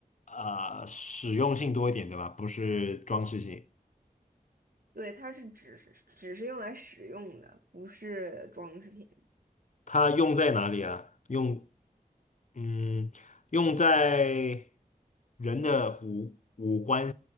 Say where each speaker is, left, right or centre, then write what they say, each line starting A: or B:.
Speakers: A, on the left (about 55°); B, on the right (about 75°).
A: 呃实用性多一点，对吧？不是装饰性。
B: 对，它是只是只是用来使用的，不是装饰品。
A: 它用在哪里啊？用嗯，用在人的五五官